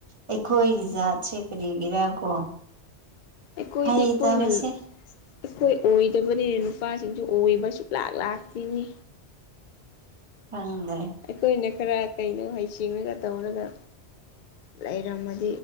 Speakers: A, on the right (about 30°); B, on the left (about 60°).
A: ꯑꯩꯈꯣꯏꯒꯤ ꯖꯥꯠꯁꯦ ꯀꯔꯤꯒꯤꯔꯥ ꯀꯣ
B: ꯑꯩꯈꯣꯏꯗꯤ
A: ꯍꯩꯇꯕꯁꯦ
B: ꯑꯩꯈꯣꯏꯅ ꯑꯩꯈꯣꯏ ꯑꯣꯏꯗꯕꯅꯤꯅ ꯅꯨꯄꯥꯁꯤꯡꯁꯨ ꯑꯣꯏꯕ ꯁꯨꯛꯂꯥꯛ ꯂꯥꯛꯇꯤꯅꯤ
A: ꯈꯪꯗ꯭ꯔꯦ
B: ꯑꯩꯈꯣꯏꯅ ꯈꯔ ꯀꯩꯅꯣ ꯍꯩꯁꯤꯡꯉꯒ ꯇꯧꯔꯒ ꯂꯩꯔꯝꯃꯅꯤ